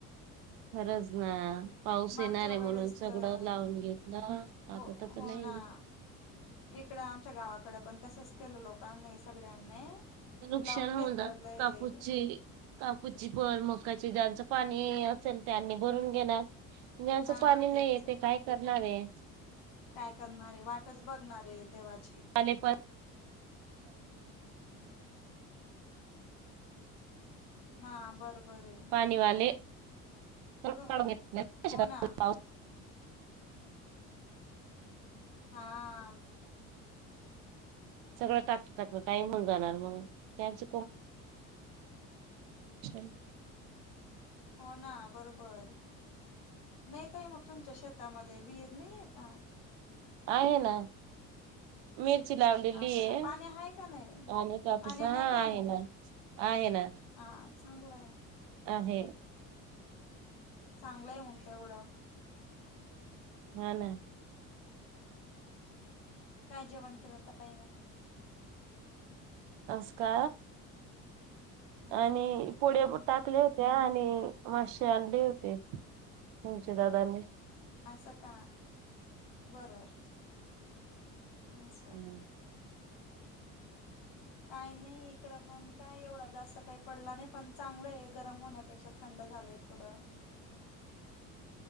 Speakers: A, on the right; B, on the left.
A: फरच ना पाऊस
B: मागच्या
A: येणार आहे
B: वेळेस
A: म्हणून सगळं
B: तर
A: लावून घेतलं आता
B: हो
A: त्याच नाही.
B: हो ना इकडं आमच्या गावाकडं पण तसच केलं लोकांनी सगळ्यांनी
A: नुकसान
B: लावून
A: होऊ
B: घेतलं
A: न
B: लय
A: कापूची कापूची फळ मकाची पण पाणी असेल त्यांनी भरून घेणार जचं
B: हा
A: पाणी
B: ज्यांच
A: नाही आहे ते काय करणार आहे.
B: काय करणारे वाटच बघणारे देवाची
A: ले कश
B: ह बरोबर आहे
A: पाणीवाले ून
B: त
A: घेत
B: हो
A: <inaudible>
B: ना हा
A: सगळं टाकताकत टाईम होन जाणार मग त्याच <unintelligible>
B: हो ना बरोबर नाही तई मग तुमच्या शेतामध्ये वि नाहीये का
A: आहे ना मी ची लावलेली
B: असं
A: आहे
B: का पाणी आहे का नाही
A: आणि त्यापस
B: पाणी
A: हा
B: का नाही
A: आहे ना आहे ना
B: हा चांगलं आहे
A: आहे
B: चांगलंय मग तेवढं
A: हा ना
B: काय जेवण केलंत आहे मग
A: अस का
B: हम्म
A: आणि पुढे टाकल्या होते्या आणि माश आणले होते तुमच्या दादाांनी
B: असं का बरोबर असं
A: हम्म
B: काही नाही इकड पण काय एवढा जास्त काही पडला नाही पण चांगलं आहे गरम होण्या पेक्षा थंड झालंय थोडं